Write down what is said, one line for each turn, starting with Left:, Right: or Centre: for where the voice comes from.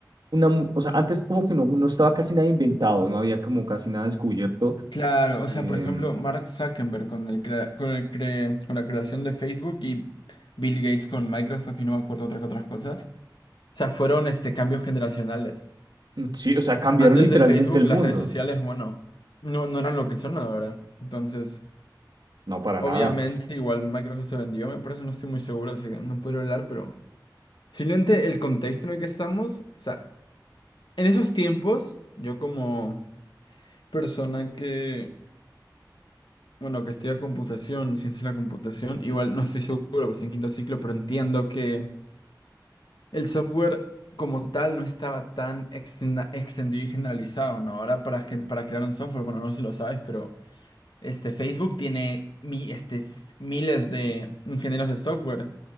Right: una, mu- o sea, antes como que no, no estaba casi nada inventado, no había como casi nada descubierto.
Left: Claro, o sea,
Right: Em,
Left: por ejemplo, Mark Zuckerberg con el crea- con el cre- con la creación de Facebook y Bill Gates con Microsoft y no me acuerdo otra que otras cosas. O sea, fueron este cambios generacionales.
Right: sí, o sea, cambiaron
Left: Antes
Right: literalmente
Left: de Facebook,
Right: el
Left: las
Right: mundo.
Left: redes sociales, bueno, no, no eran lo que son ahora. Entonces,
Right: No, para
Left: obviamente,
Right: nada.
Left: igual Microsoft se vendió, me parece, no estoy muy seguro, así que no podría hablar, pero simplemente el contexto en el que estamos, o sea, en esos tiempos, yo como persona que, bueno, que estudia computación, ciencia de la computación, igual no estoy seguro, pues en quinto ciclo, pero entiendo que el software como tal no estaba tan extenda- extendido y generalizado, ¿no? Ahora para, gen- para crear un software, bueno, no sé si lo sabes, pero... Este, Facebook tiene mi, este, s- miles de ingenieros de software.